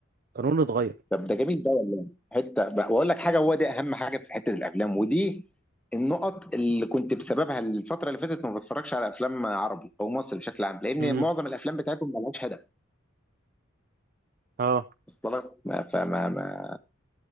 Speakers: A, on the right; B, in the centre.
A: القانون يتغير
B: طب ده جميل ده والله حته بقى- واقول لك حاجه هو ده اهم حاجه في حته الافلام ودي النقط اللي كنت بسببها الفتره اللي فاتت ما بتفرجش على افلام عربي او مصري بشكل عام لان
A: امم
B: معظم الافلام بتاعتهم ما لهاش هدف
A: اه
B: وصل لك ما- فما ما